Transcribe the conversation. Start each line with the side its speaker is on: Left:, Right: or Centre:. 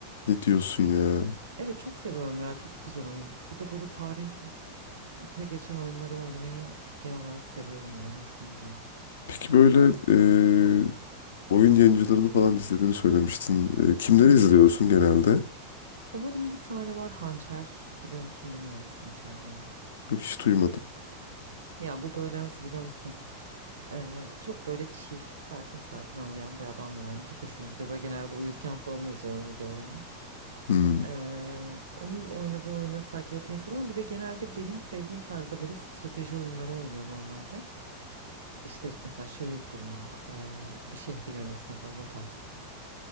Left: ne diyorsun ya?
Right: Evet çok seviyorum ya çok güzel oyun. Bir de böyle tarihte geçen oyunları oynamayı genel olarak seviyorum yani hoşuma gidiyor.
Left: Peki böyle e, oyun yayıncılarını falan izlediğini söylemiştin. E, kimleri
Right: Hı hı.
Left: izliyorsun genelde?
Right: Favorim bir tane var Hançer biliyor musun bilmiyorum Hançer Gaming.
Left: Yok hiç duymadım.
Right: Ya bu böyle nasıl biliyor musun? Ee, çok böyle chill sakin sakin oynayan bir adam yani çok hoşuma gidiyor. Böyle genelde uyurken falan izliyorum videolarını.
Left: Hmm.
Right: Ee, onun oynadığı oyunları takip etmeyi seviyorum. Bir de genelde benim sevdiğim tarzda böyle strateji oyunları oynuyor normalde. İşte mesela şehir kurma, e, bir şehri yönetme falan o tarz